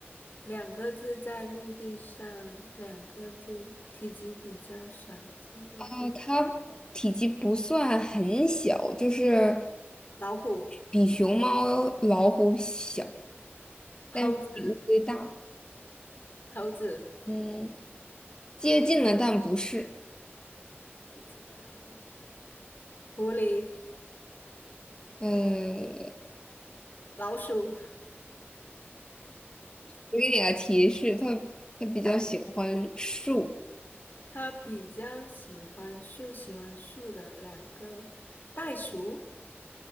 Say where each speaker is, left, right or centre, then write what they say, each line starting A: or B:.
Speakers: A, on the left; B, on the left.
A: 两个字在陆地上，两个字体积比较小，在陆地。
B: 啊，它体积不算很小，就是。
A: 老虎、
B: 比熊猫、老虎小，
A: 猴子、
B: 但是比乌龟大。
A: 猴子，
B: 嗯，接近了，但不是。
A: 以前但不是狐狸、
B: 嗯，
A: 老鼠。
B: 我给你个提示，它它比较喜欢树。
A: 它比较喜欢树，喜欢树的两个袋鼠，